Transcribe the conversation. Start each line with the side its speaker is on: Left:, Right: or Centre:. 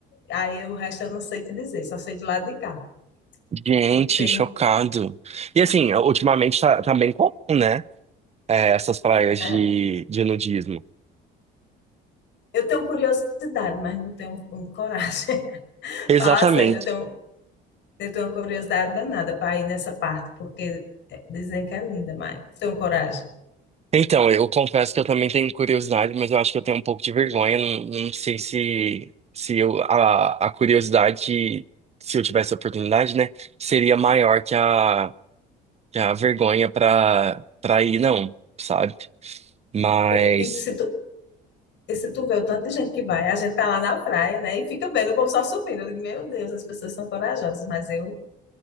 Left: aí o resto eu não sei te dizer, só sei do lado de cá,
Right: Gente,
Left: que tem.
Right: chocado. E assim, ultimamente tá, tá bem comum, né? É, essas praias de,
Left: é,
Right: de nudismo.
Left: eu tenho curiosidade, mas não tenho um, coragem. <laughs>
Right: Exatamente.
Left: Falar sério, eu tenho, eu tenho uma curiosidade danada para ir nessa parte, porque é, dizem que é linda, mas não tenho coragem.
Right: Então, eu confesso que eu também tenho curiosidade, mas eu acho que eu tenho um pouco de vergonha. Não, não sei se, se eu, a, a curiosidade, se eu tivesse a oportunidade, né, seria maior que a, que a vergonha para para ir, não, sabe? Mas,
Left: O- E se tu, E se tu vê o tanto de gente que vai, a gente tá lá na praia, né? E fica vendo o povo só subindo. Eu digo, meu Deus, as pessoas são corajosas, mas eu